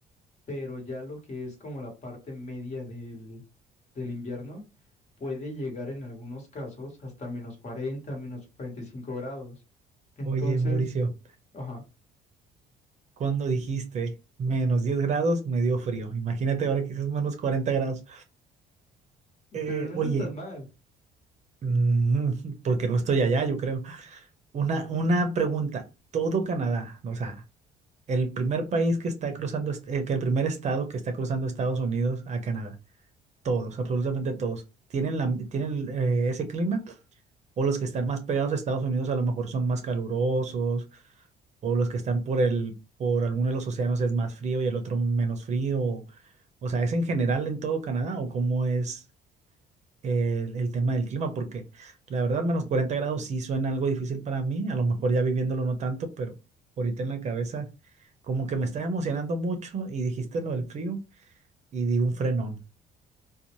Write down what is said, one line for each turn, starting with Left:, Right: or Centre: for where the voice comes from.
Left: pero ya lo que es como la parte media del, del invierno puede llegar en algunos casos hasta menos cuarenta menos 45 grados. Entonces,
Right: Oye, Mauricio,
Left: ajá,
Right: cuando dijiste menos 10 grados, me dio frío. Imagínate ahora que dices menos 40 grados. Eh,
Left: pero no
Right: oye,
Left: está tan mal.
Right: mm, <laughs> porque no estoy allá, yo creo. Una, una pregunta. Todo Canadá, o sea, el primer país que está cruzando, est- eh, que el primer estado que está cruzando Estados Unidos a Canadá, todos, absolutamente todos, ¿tienen la, tienen eh, ese clima? ¿O los que están más pegados a Estados Unidos a lo mejor son más calurosos? ¿O los que están por el, por alguno de los océanos es más frío y el otro menos frío? O sea, ¿es en general en todo Canadá o cómo es? el, el tema del clima, porque la verdad, menos 40 grados sí suena algo difícil para mí, a lo mejor ya viviéndolo no tanto, pero ahorita en la cabeza como que me estaba emocionando mucho y dijiste lo del frío y di un frenón.